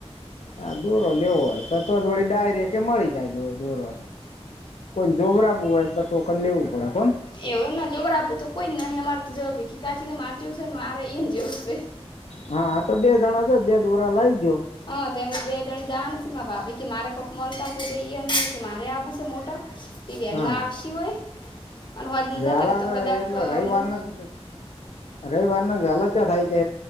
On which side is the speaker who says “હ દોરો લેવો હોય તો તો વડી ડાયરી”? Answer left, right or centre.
Left